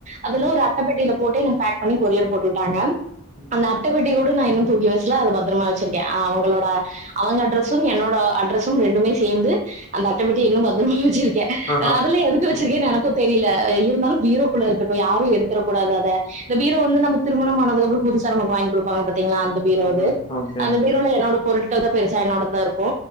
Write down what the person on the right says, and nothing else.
அதெல்லா
ஒரு அட்டபெட்டியில போட்டு எனக்கு பேக் பண்ணி கொரியர் போட்டு வுட்டாங்க
அந்த அட்டப்பெட்டி கூட நா இன்னு தூக்கி வச்சி அத பத்தரமா வச்சிருக்கே அவங்களோட அவங்க அட்ரசும் என்னோட அட்ரசும் ரெண்டுமே சேந்து அந்த அட்டபெட்டி இன்னு பத்தரமா வச்சிரு க்கே
அதெல்லா எதுக்கு வச்சிருக்கேனு
எனக்குத் தெரியல அ இருந்தாலு பீரோக்குள்ள இருக்கட்டு யாரு எடுத்தரக் கூடாது அத இந்த பீரோ வந்து நம்ம திருமணமானதுக்குப்றோ புதுசா நமக்கு வாங்கி குடுப்பாங்க பாத் தீங்களா அந்த பீரோ
இது
அந்த
பீரோல என்னோட பொருட் <unintelligible> பெருசா என்னோட தா இருக் க்கு